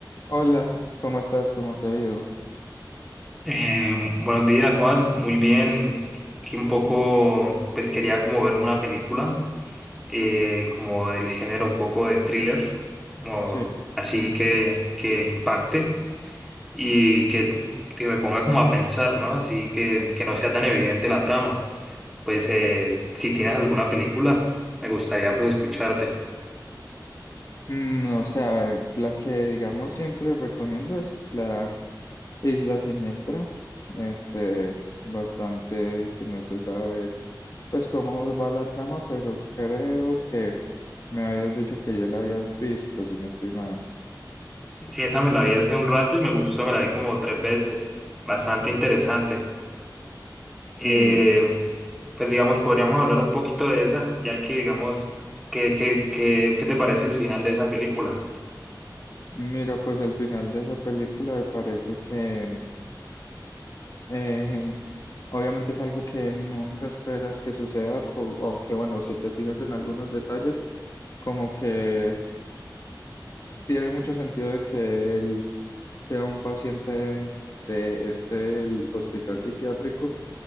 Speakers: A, on the left; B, in the centre.
A: Hola, ¿cómo estás? ¿Cómo te ha ido?
B: Eh, buenos días, Juan. Muy bien. Aquí un poco, pues quería como verme una película, eh, como del género un poco de thriller, como
A: Sí.
B: así que, que impacte y que, que me ponga como a pensar, ¿no? Así que, que no sea tan evidente la trama. Pues eh, si tienes alguna película, me gustaría pues escucharte.
A: Mm, no sé, a ver, la que digamos siempre recomiendo es la Isla Siniestra. Este, bastante que no se sabe pues cómo va la trama, pero creo que me habías dicho que ya la habías visto, si no estoy mal.
B: Sí, esa me la vi hace un rato y me gustó, me la vi como tres veces. Bastante interesante. eh,
A: Sí.
B: pues digamos, podríamos hablar un poquito de esa, ya que digamos, ¿qué, qué, qué, qué te parece el final de esa película?
A: Mira, pues el final de esa película me parece que Eh, obviamente es algo que nunca esperas que suceda, po- aunque bueno, si te fijas en algunos detalles, como que tiene mucho sentido de que él sea un paciente de este el hospital psiquiátrico,